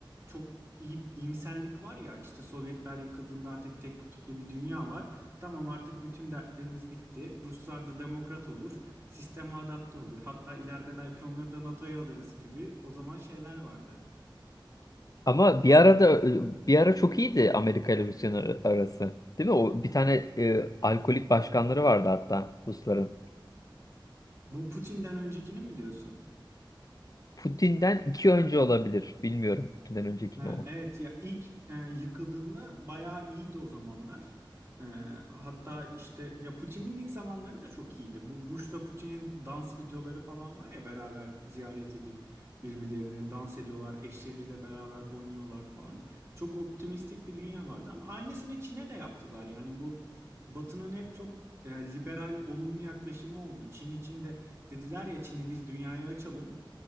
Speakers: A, on the right; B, on the left.
A: çok iyi iyimserlik var ya işte Sovyetler yıkıldığında artık tek kutuplu bir dünya var. Tamam artık bütün dertlerimiz bitti. Ruslar da demokrat olur. Sisteme adapte olur. Hatta ileride belki onları da NATO'ya alırız gibi o zaman şeyler vardı.
B: ama bir ara da bir ara çok iyiydi Amerika ile Rusya'nın ar- arası. Değil mi? O bir tane e, alkolik başkanları vardı hatta Rusların.
A: Bu Putin'den öncekini mi diyorsun?
B: Putin'den iki önce olabilir. Bilmiyorum Putin'den önce kim
A: Ha,
B: o.
A: evet ya ilk e, yıkıldığında bayağı iyiydi o zamanlar. E, hatta işte ya Putin'in ilk zamanları da çok iyiydi. Bu Bush'ta Putin'in dans videoları falan var ya beraber ziyaret edip birbirlerine dans ediyorlar, eşleriyle beraber oynuyorlar falan. Çok optimistik bir dünya vardı ama aynısını Çin'e de yaptılar. Yani bu Batı'nın hep çok e, liberal, olumlu yaklaşımı oldu. Çin için de dediler ya Çin'i biz dünyaya açalım.